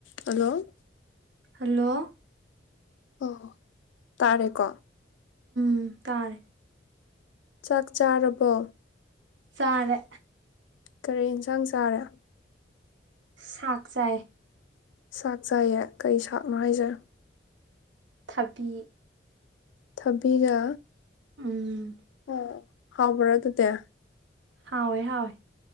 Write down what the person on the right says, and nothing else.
ꯍꯜꯂꯣ
ꯎꯝ ꯇꯥꯔꯦ
ꯆꯔꯦ
ꯁꯥꯛ ꯆꯥꯏ
ꯊꯕꯤ
ꯎꯝ
ꯍꯥꯎꯋꯦ ꯍꯥꯎꯋꯦ